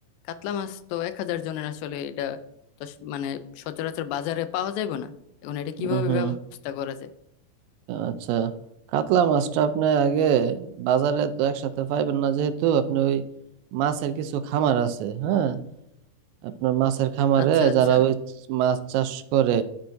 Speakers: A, on the left; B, on the right.
A: কাতলা মাছ তো এক হাজার জনের আসলে এটা তো স- মানে সচরাচর বাজারে পাওয়া যাবে না এখন এটা কিভাবে
B: হুম হুম
A: ব্যবস্থা করা যায়
B: আচ্ছা কাতলা মাছটা আপনি আগে বাজারে তো একসাথে পাইবেন না যেহেতু আপনি ওই মাছের কিছু খামার আছে হ্যাঁ আপনার মাছের খামারে
A: আচ্ছা আচ্ছা
B: যারা ওই মাছ চাষ করে